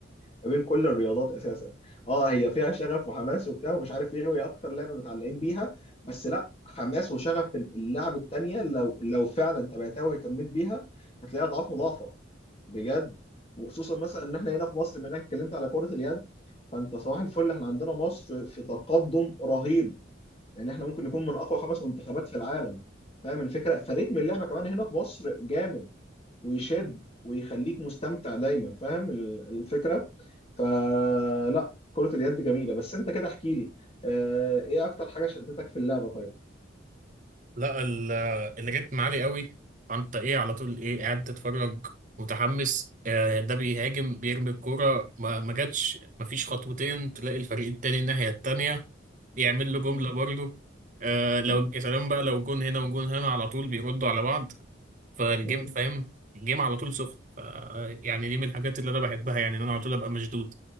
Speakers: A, on the left; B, on the right.
A: ما بين كل الرياضات اساسا اه هي فيها شغف وحماس وبتاع ومش عارف ايه وهي اكتر لعبه متعلقين بيها بس لا حماس وشغف اللعب التانيه لو لو فعلا تبعتها واهتميت بيها هتلاقيها اضعاف مضاعفه بجد وخصوصا مثلا ان احنا هنا في مصر بما انك اتكلمت على كره اليد فانت صباح الفل احنا عندنا مصر في تقدم رهيب يعني احنا ممكن نكون من اقوى خمس منتخبات في العالم فاهم الفكره فريتم اللعبه كمان هنا في مصر جامد ويشد ويخليك مستمتع دايما فاهم ال- الفكره فلا كرة اليد جميلة بس انت كده احكي لي اه ايه اكتر حاجة شدتك في اللعبة طيب
B: لا ال- الريتم عالي قوي فانت ايه على طول ايه قاعد تتفرج متحمس آه، ده بيهاجم بيرمي الكورة ما ما جاتش ما فيش خطوتين تلاقي الفريق التاني الناحية التانية يعمل له جملة
A: مم.
B: برضه آه لو
A: مم.
B: يا سلام بقى لو جون هنا وجون هنا على طول بيردوا على بعض فالجيم
A: مم.
B: فاهم الجيم على طول سخن ف يعني دي من الحاجات اللي انا بحبها يعني ان انا على طول ابقى مشدود